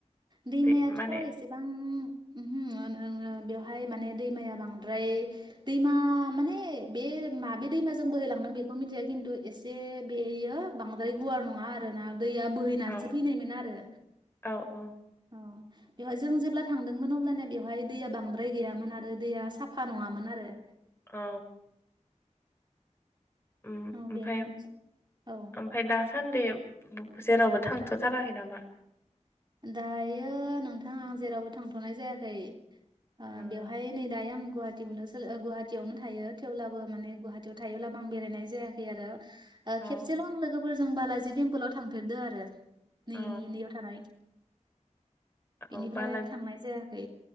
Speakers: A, on the right (about 35°); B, on the left (about 20°).
A: दैमायाथ'
B: दै माने
A: ए एसेबां उमहो ओ नो नो बेवहाय माने दैमाया बांद्राय दैमा माने बे माबे दैमाजों बोहैलांदों बेखौ मिन्थिया खिन्थु एस से बेयो बांद्राय गुवार नङा आरोना दैया बोहैनासो
B: औ
A: फैनायमोन आरो।
B: औ औ।
A: औ। बेवहाय जों जेब्ला थांदोंमोन अब्लाना बेवहाय दैया बांद्राय गैयामोन आरो दैया साफा नङामोन आरो‌।
B: औ उम
A: औ
B: आमफाय
A: बेनि
B: आम
A: औ
B: आमफाय दासान्दे बो जेरावबो थांथ'थाराखै नामा?
A: दायो नोंथां आं जेरावबो थांथ'नाय जायाखै। ओ
B: उम
A: बेवहाय नै दायो आं गुहाटि मुलुग सोल ओ गुहाटियावनो थायो थेवब्लाबो माने गुहाटियाव थायोब्लाबो आं बेरायनाय जायाखै आरो। ओ
B: औ
A: खेबसेल' आं लोगोफोरजों बालाजि टेम्पोलाव थांफेरदो आरो
B: औ
A: नै नै नैयाव थानाय।
B: औ
A: बेनिफ्राय
B: बालाजि।
A: थांनाय जायाखै